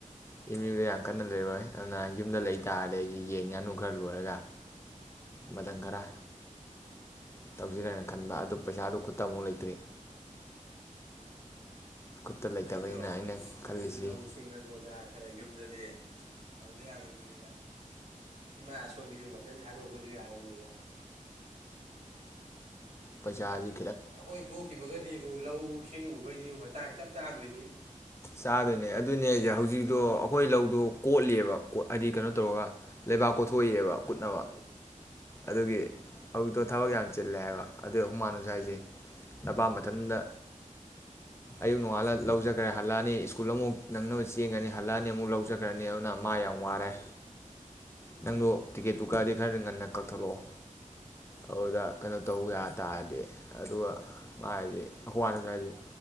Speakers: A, on the left; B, on the right.
A: ꯑꯝ ꯌꯨ ꯗ ꯌꯥꯝ ꯀꯟꯅ ꯂꯩꯔꯣꯏ ꯑꯗꯨꯅ ꯌꯨꯝꯗ ꯂꯩꯇꯥꯥꯔꯗꯤ ꯑꯩꯒꯤ ꯌꯦꯟ ꯉꯥꯅꯨ ꯈꯔ ꯂꯣꯏꯔꯒ ꯃꯥꯇꯝ ꯈꯔꯥ꯫ ꯇꯧꯁꯤꯔꯦꯅ ꯈꯟꯕ ꯑꯗꯨ ꯄꯩꯁꯥꯗꯨ ꯈꯨꯠꯇ ꯑꯃꯨꯛ ꯂꯩꯇ꯭ꯔꯤ꯫ ꯈꯨꯠꯇ ꯂꯩꯇꯕꯅꯤꯅ
B: ꯑꯩꯁꯨ
A: ꯑꯩꯅ ꯈꯜꯂꯤꯁꯤ
B: ꯑꯗꯨ ꯂꯧꯁꯤꯡ ꯑꯗꯨꯗꯥ ꯈꯔ ꯌꯨꯝꯗꯗꯤ ꯇꯧꯗ ꯌꯥꯔꯣꯏꯗꯣꯏꯕ꯫ ꯏꯃꯥ ꯑꯁꯣꯝꯕꯤꯗꯨ ꯃꯊꯟ ꯊꯥꯗꯣꯛ ꯄꯖꯨ ꯌꯥꯔꫭꯏ <unintelligible>
A: ꯄꯩꯁꯥꯖꯤ
B: ꯑꯩꯈꯣꯏꯅ ꯊꯣꯛꯈꯤꯕꯒꯗꯤ ꯑꯃꯨꯛ ꯂꯧ ꯁꯤꯡꯎꯕꯩꯗꯤ ꯑꯃꯨꯛ ꯇꯥꯡ ꯆꯞ ꯆꯥꯗꯣꯏꯅꯤ
A: ꯆꯥ‌ꯗꫭꯏꯅꯦ‌ ꯑꯗꯨ ꯑꯗꯨꯅꯦ ꯍꯧꯖꯤꯛꯇꯣ ꯑꯩꯈꯣꯏ ꯂꯧꯗꯣ ꯀꯣꯠꯂꯤꯌꯦꯕ ꯀꫭꯠ ꯍꯥꯏꯗꯤ ꯀꯩꯅꯣ ꯇꯧꯔꯒ ꯂꯩꯕꯥꯛ ꯀꯣꯊꯣꯛꯏꯑꯕ ꯀꯨꯠꯅꯕ
B: ꯎꯝ
A: ꯑꯗꯨꯒꯤ ꯑꫭꯏꯇꯣ ꯊꯕꯛ ꯌꯥꯝ ꯆꯤꯜꯂꯦ ꯍꯥꯏꯕ ꯑꯗꯨꯏ ꯑꯍꯨꯝ ꯃꯥꯅꯖꯨ ꯍꯥꯏꯖꯦ ꯅꯄꯥ ꯃꯊꯟꯗ ꯑꯌꯨꯛ ꯅꯣꯡꯉꯥꯜꯂ ꯂꯧꯆꯠꯈ꯭ꯔꯦ ꯍꯜꯂꯛꯑꯅꯤ ꯁ꯭ꯀꯨꯜ ꯑꯃꯨꯛ ꯅꯪꯅꯕ ꯆꯦꯟꯅꯅꯤ ꯍꯜꯂꯛꯑꯅꯤ ꯑꯃꯨꯛ ꯂꯧꯆꯠꯈ꯭ꯔꯅꯤ ꯑꯗꯨꯅ ꯃꯥ ꯌꯥꯝ ꯋꯥꯔꯦ ꯅꯪꯗꯣ ꯇꯤꯛꯀꯦꯠꯇꯨ ꯀꯥꯛꯑꯗꯤ ꯈꯔ ꯉꯟꯅ ꯀꯛꯊꯠꯂꯛꯑꯣ ꯑꯗꯨꯗ ꯀꯩꯅꯣ ꯇꯧ ꯌꯥ ꯇꯥꯔꯗꯤ ꯑꯗꯨꯒ ꯃꯥ ꯍꯥꯏꯖꯦ ꯑꯩꯈ ꯃꯥꯅꯖꯨ ꯍꯥꯏꯖꯦ